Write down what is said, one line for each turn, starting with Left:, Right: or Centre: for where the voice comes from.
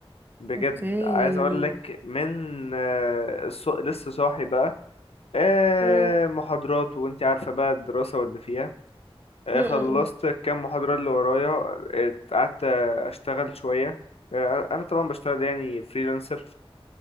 Left: بجد
Right: اوكي
Left: عايز اقول لك من آه، الص... لسه صاحي بقى آه،
Right: مم.
Left: محاضرات وانت عارفة بقى الدراسة واللي فيها آه،
Right: مم.
Left: خلصت
Right: مم.
Left: كام محاضرة اللي ورايا آه، قعدت آه، اشتغل شوية آه، انا طبعا بشتغل يعني فريلانسر